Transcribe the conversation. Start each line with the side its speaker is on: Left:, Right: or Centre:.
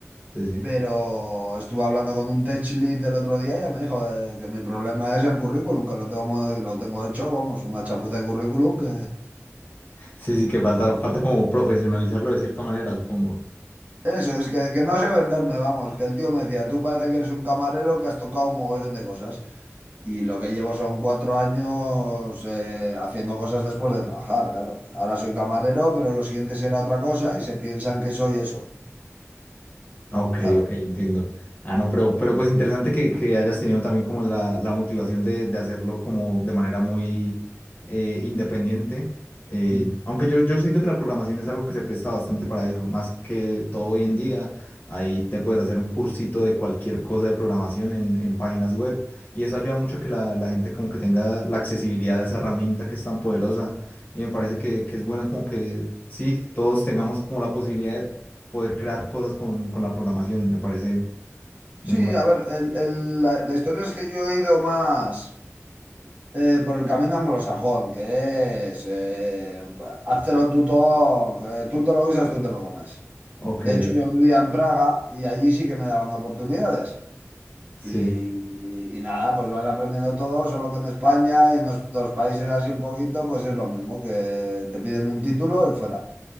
Left: Sí, sí.
Right: Pero estuve hablando con un tech lead el otro día y ya me dijo eh, que mi problema es el currículum, que lo tengo, mo- lo tengo hecho, vamos, una chapuza de currículum. Que...
Left: Sí, sí, que falta, falta como profesionalizarlo de cierta manera, supongo.
Right: <laughs> Eso, es que, que no sé venderme, vamos, que el tío me decía, tú parece que eres un camarero que has tocado un mogollón de cosas. Y lo que llevo son cuatro años eh, haciendo cosas después de trabajar, claro. Ahora soy camarero, pero lo siguiente será otra cosa y se piensan que soy eso.
Left: Ok,
Right: Claro.
Left: ok, entiendo. Ah, no, pero, pero pues interesante que, que hayas tenido también como la, la motivación de, de hacerlo como de manera muy eh, independiente. Eh,
Right: Mm.
Left: aunque yo, yo siento que la programación es algo que se presta bastante para eso, más que todo hoy en día. Ahí te puedes hacer un cursito de cualquier cosa de programación en, en páginas web y eso ayuda mucho a que la, la gente como que tenga la accesibilidad a esa herramienta que es tan poderosa. Y me parece que, que es bueno como que sí, todos tengamos como la posibilidad poder crear cosas con, con la programación. Me parece muy
Right: Sí,
Left: bueno.
Right: a ver, el- el- la la historia es que yo he ido más. Eh, por el camino anglosajón, que es, eh, háztelo tú todo, eh, tú te lo guisas, tú te lo comes.
Left: Ok,
Right: De hecho, yo vivía en Praga y allí sí que me daban oportunidades.
Left: sí,
Right: Y, y- y nada, pues vas aprendiendo todo, solo que en España y en los, los países así un poquito, pues es lo mismo, que te piden un título y fuera.